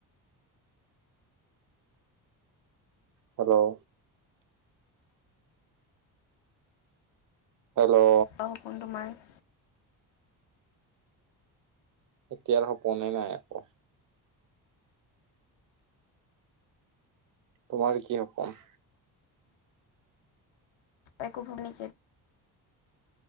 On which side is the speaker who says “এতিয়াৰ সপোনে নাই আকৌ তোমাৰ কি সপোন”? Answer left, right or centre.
Right